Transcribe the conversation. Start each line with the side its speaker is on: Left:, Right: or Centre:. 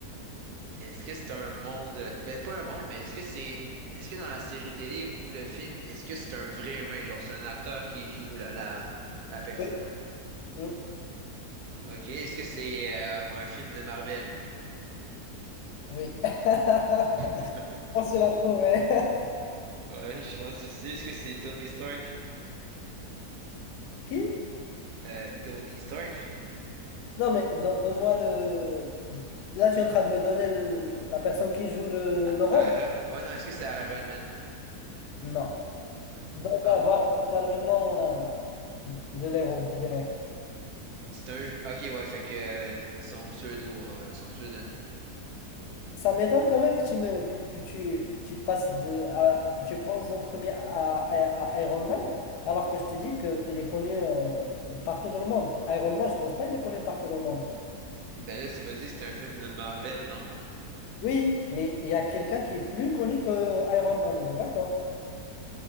Right: est-ce que c'est un monde ben pas un monde, mais est-ce que c'est est-ce que dans la série télé ou le film, est-ce que c'est un vrai humain, genre c'est un acteur qui joue la la, la personne
Left: Oui.
Right: en fait.
Left: Mm.
Right: Ok, est-ce que c'est euh, un film de Marvel?
Left: Oui. <laughs>
Right: <laughs>
Left: On se l'a trouvé.
Right: Ouais, je pense aussi. Est-ce que c'est Tony Stark?
Left: <laughs> Qui?
Right: Euh, Tony Stark?
Left: Non, mais don- donne-moi le. Là, tu es en train de me donner le- la personne qui joue le,
Right: A-
Left: le rôle?
Right: Aaron... Ouais, non, est-ce que c'est Iron Man?
Left: Non.
Right: Non,
Left: Donne-moi,
Right: c'est pas.
Left: voilà, donne-moi le nom euh, de l'héros direct.
Right: C'est un... jeu- Ok, ouais, fait que euh, son pseudo, euh, son pseudonyme.
Left: Ça m'étonne quand même que tu me que tu que tu passes de à- que tu penses en premier à, à- à Iron Man alors que je te dis que il est connu euh, partout dans le monde. Iron Man, je pense pas il est connu partout dans le monde.
Right: Ben là, tu m'as dit que c'est un film de Marvel, non?
Left: Oui, mais il y a quelqu'un qui est plus connu que Iron Man, on est d'accord?